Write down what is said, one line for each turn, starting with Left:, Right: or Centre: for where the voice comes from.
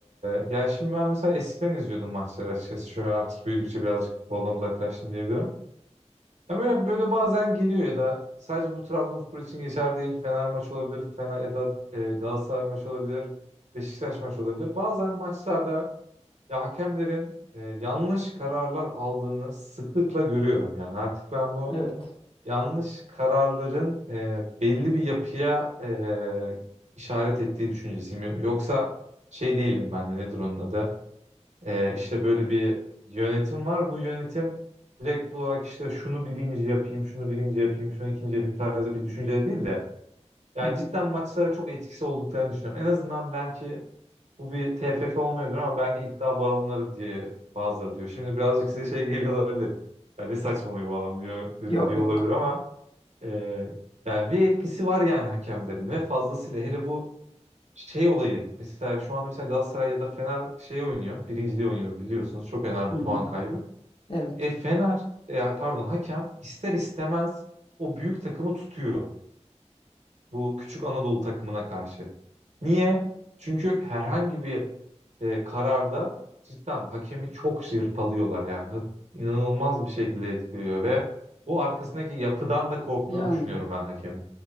Right: ya şimdi ben mesela eskiden izliyordum maçları açıkçası. Şu an artık büyüdükçe birazcık futboldan uzaklaştım diyebilirim. Ama böyle bazen geliyor ya da sadece bu Trabzonspor için geçer değil. Fener maçı olabilir. Fener ya da e, Galatasaray maçı olabilir. Beşiktaş maçı olabilir. Bazen maçlarda ya hakemlerin e, yanlış kararlar aldığını sıklıkla görüyorum yani artık ben bu
Left: Evet.
Right: yanlış kararların e, belli bir yapıya e, işaret ettiği düşüncesiyim. Yoksa şey değilim ben de nedir onun adı? E, işte böyle bir yönetim var. Bu yönetim direkt olarak işte şunu birinci yapayım, şunu birinci yapayım, şunu ikinci yapayım tarzı bir düşünce değil de yani
Left: Hı hı.
Right: cidden maçlara çok etkisi olduklarını düşünüyorum. En azından belki bu bir TFF olmayabilir ama belki iddia baronları diye bazıları diyor. Şimdi birazcık size şey geliyor olabilir. Yani ne saçmalıyor falan diyor,
Left: Yok
Right: diyor
Left: yok.
Right: olabilir ama e, yani bir etkisi var yani hakemlerin ve fazlasıyla hele bu şey olayı. Mesela şu anda mesela Galatasaray ya da Fener şey oynuyor. Birinciliği oynuyor biliyorsunuz. Çok önemli
Left: Hı
Right: puan
Left: hı.
Right: kaybı.
Left: Evet.
Right: E Fener e, pardon hakem ister istemez o büyük takımı tutuyor. Bu küçük Anadolu takımına karşı. Niye? Çünkü herhangi bir e, kararda cidden hakemi çok yırpalıyorlar yani. Hı- inanılmaz bir şekilde etkiliyor ve bu arkasındaki yapıdan da korktuğunu
Left: Yani
Right: düşünüyorum ben hakemin.